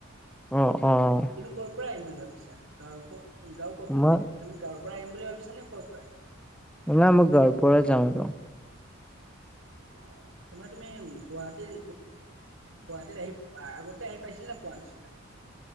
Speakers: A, in the centre; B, on the right.
A: অ', অ', অ'।
B: তুমি ক'ৰ পৰাই আহিম বুলি ভাবিছা? গাঁৱৰ পৰা গাঁও ক'ত তোমাৰ?
A: মই
B: তুমি গাঁওৰ পৰা আহিম বুলি ভাবিছা নে ক'ৰ পৰা?
A: নাই মই গাঁওৰ পৰা যাম আৰু
B: অ', মানে তুমি গুৱাহাটীৰ গুৱাহাটীত আহি আগতে আহি পাইছিল নে পোৱা নাছিলা?